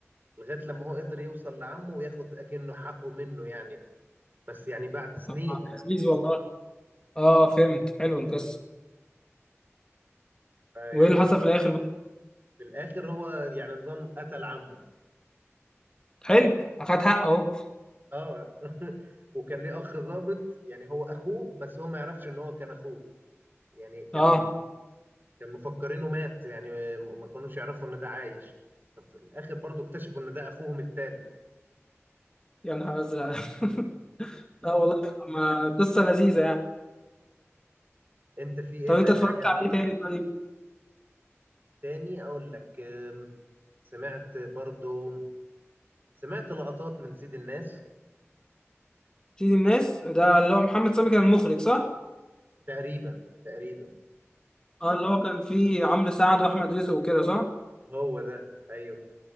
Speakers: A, on the right; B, on the left.
A: لغاية لما هو قدر يوصل لعمه وياخد اكنه حقه منه يعني بس يعني بعد سنين
B: طب لذيذ والله اه فهمت حلو القصة
A: يعني
B: وايه اللي
A: هو
B: حصل
A: كان
B: في الاخر بقى
A: في الاخر هو يعني نظام قتل عمه
B: حلو اخد حقه اهو
A: اه <laughs> وكان ليه اخ ضابط يعني هو اخوه بس هو ما يعرفش ان هو كان اخوه يعني كان
B: اه
A: كان مفكرينه مات يعني ما كانوش يعرفوا ان ده عايش ففي الاخر برضو اكتشفوا ان ده اخوهم التالت
B: يا نهار ازرق <laughs> لا والله طب ما قصة لذيذة يعني
A: انت في ايه
B: طب
A: طيب
B: انت اتفرجت
A: حاجة
B: على ايه تاني طيب
A: تاني اقول لك أم، سمعت برضو سمعت لقطات من سيد الناس
B: سيد الناس ده اللي هو محمد سامي كان المخرج صح؟
A: تقريبا تقريبا
B: اه اللي هو كان فيه عمرو سعد واحمد رزق وكده صح؟
A: هو ده ايوه